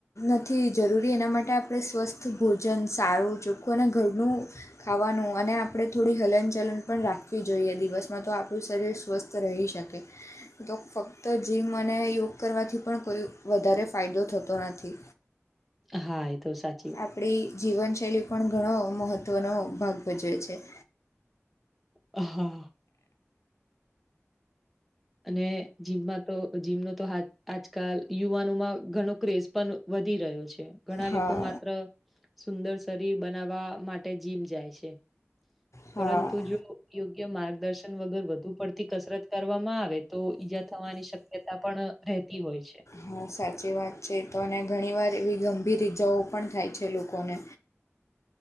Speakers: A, on the left (about 85°); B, in the centre.
A: નથી જરૂરી એના માટે આપણે સ્વસ્થ ભોજન સારું ચોખ્ખું અને ઘરનું ખાવાનું અને આપણે થોડી હલનચલન પણ રાખવી જોઈએ દિવસમાં તો આ પડું શરીર સ્વસ્થ રહી શકે તો ફક્ત જીમ અને યોગ કરવાથી પણ કોઈ વધારે ફાયદો થતો નથી
B: હા એ તો સા
A: આપડી જીવનશૈલી પણ ઘણો મહત્ત્વનો ભાગ ભજવે છે
B: હા અને જીમ માં તો જીમનો તો આજકાલ યુવાનોમાં ઘણો ક્રેઝ પણ વધી રહ્યો છે ઘણા
A: હા
B: લોકો માત્ર સુંદર શરીર બનાવા માટે જીમ જાય છે
A: હા
B: પરંતુ જો યોગ્ય માર્ગદર્શન વગર વધુ પડતી કસરત કરવામાં આવે તો ઈજા થવાની શક્યતા પણ રહેતી હોય છે
A: હા સાચી વાત છે તો અને ઘણીવાર એવી ગંભીર ઇજાઓ પણ થાય છે લોકોને